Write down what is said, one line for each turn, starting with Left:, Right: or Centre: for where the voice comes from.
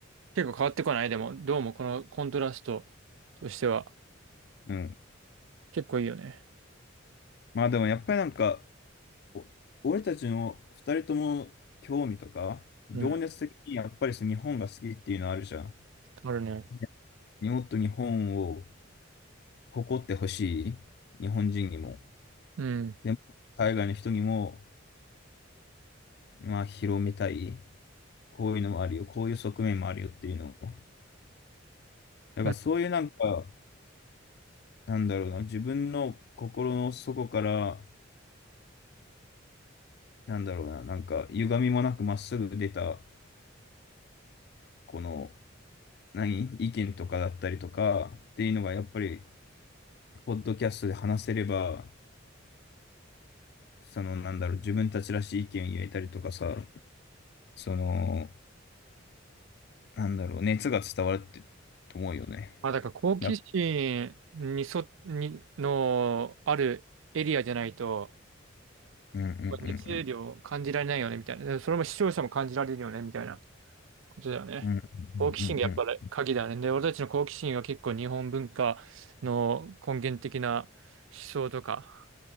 Right: 結構変わってこないでも、どうもこのコントラストとしては
Left: うん。
Right: 結構いいよね。
Left: まあでもやっぱりなんか、お俺たちの二人とも興味とか、情熱的にやっぱりその日本が好きっていうのあるじゃん。
Right: うん。あるね。
Left: ねもっと日本を誇ってほしい。日本人にも。
Right: うん。
Left: でも、海外の人にも、まあ、広めたい。こういうのもあるよ。こういう側面もあるよっていうのを。だからそういうなんか、
Right: うん。
Left: なんだろうな、自分の心の底から、なんだろうな、なんか、歪みもなくまっすぐ出た、この、何意見とかだったりとかっていうのがやっぱりポッドキャストで話せれば、その、なんだろう、自分たちらしい意見を言えたりとかさ、その、なんだろう、熱が伝わるって、と思うよね。
Right: まあ、だから好奇心にそ、
Left: いや
Right: に、のあるエリアじゃないと、
Left: うんうんうんうん。
Right: 熱量を感じられないよね、みたいな。でそれも視聴者も感じられるよね、みたいなことだよね。
Left: うんうん
Right: 好奇心がやっぱり鍵だね。
Left: うん
Right: で、俺たちの好奇心は結構日本文化の根源的な思想とか、